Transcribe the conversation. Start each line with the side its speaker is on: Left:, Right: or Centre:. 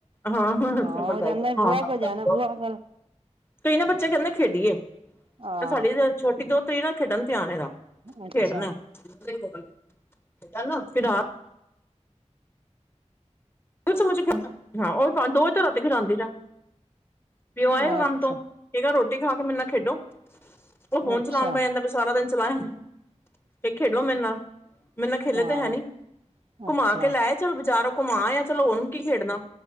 Left: ਹਾਂ-ਹਾਂ,
Right: ਹਾਂ ਹੋ ਜਾਂਦਾ ਬੂਆ
Left: ਹਾਂ।
Right: ਕੋਲ ਜਾਣਾ ਬੂਆ ਕੋਲ
Left: ਕਈ ਨਾ ਬੱਚੇ ਕਹਿੰਦੇ ਖੇਡੀਏ
Right: ਹਾਂ
Left: ਸਾਡੀ ਛੋਟੀ ਦੋਹਤੀ ਨਾ ਖੇਡਣ ਚ ਧਿਆਨ ਇਹ ਦਾ
Right: ਅੱਛਾ
Left: ਖੇਡਣਾ <unintelligible> <unintelligible> ਰਾਤੀ ਦੋ ਵਜੇ ਤੱਕ ਖਿੜਾਂਦੀ ਰਹਿ ਪਿਓ ਆਏਗਾ
Right: ਅੱਛਾ
Left: ਕੰਮ ਤੋਂ ਕੇਹ ਗਾ ਰੋਟੀ ਖਾ ਕੇ ਮੇਰੇ ਨਾਲ ਖੇਡੋ ਉਹ ਫੋਨ
Right: ਅੱਛਾ
Left: ਚਲਾਉਣ ਬੇਹ ਜਾਂਦਾ ਸਾਰਾ ਦਿਨ ਚਲਾਇਆ ਨੇ ਕ ਖੇਡੋ ਮੇਰੇ ਨਾਲ ਮੇਰੇ ਨਾਲ ਖੇਲੇ
Right: ਹਾਂ
Left: ਤੇ ਹੈਨੀ ਘੁਮਾ
Right: ਅੱਛਾ
Left: ਕੇ ਲੈ ਆਇ ਚਲੋ ਬਜ਼ਾਰੋਂ ਘੁੰਮਾ ਆ ਚਲੋ ਉਹਨੂੰ ਕੀ ਖੇਡਦਾ